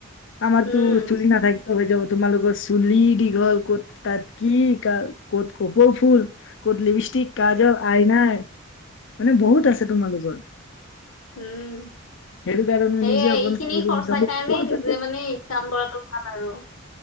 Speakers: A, on the left; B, on the left.
A: আমাৰতো
B: উম
A: চুলি নাথাকে। ত যাব, তোমালোকৰ চুলি দীঘল ক'ত, তাত কি ক ক'ত কপৌ ফুল। ক'ত লিপষ্টিক, কাজল, আইনাই মানে বহুত আছে তোমালোকৰ।
B: উম
A: সেইটো কাৰণে
B: সে
A: নিজে
B: এই
A: অকণ
B: খিনি
A: চাই
B: খৰ্চা কাৰণে নিজে মানে ইনকাম কৰাতটো ভাল আৰু।